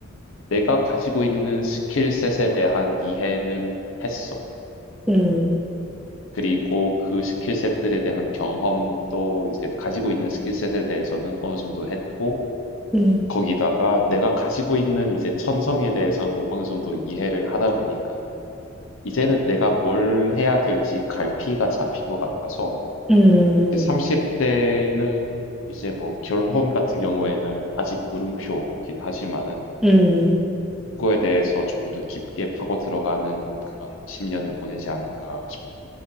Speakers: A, on the left (about 85°); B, in the centre.
A: 내가 가지고 있는 스킬셋에 대한 이해는 했어.
B: 음,
A: 그리고 그 스킬셋들에 대한 경험도 이제 가지고 있는 스킬셋에 대해서는 어느 정도 했고,
B: 음,
A: 거기다가 내가 가지고 있는 이제 천성에 대해서도 어느 정도 이해를 하다 보니까 이제는 내가 뭘 해야 될지 갈피가 잡힌 것 같아서
B: 음,
A: 이제 30대는 이제 뭐 결혼 같은 경우에는 아직 물음표긴 하지만은
B: 음,
A: 그거에 대해서 조금 더 깊게 파고 들어가는 그런 10년을 보내지 않을까 싶더라고요.